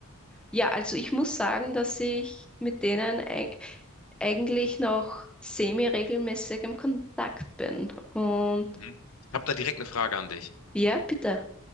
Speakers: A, in the centre; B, on the left.
A: Ja, also ich muss sagen, dass ich mit denen ei- eigentlich noch semi-regelmäßig im Kontakt bin. Und
B: Mhm. Ich habe da direkt eine Frage an dich.
A: ja, bitte.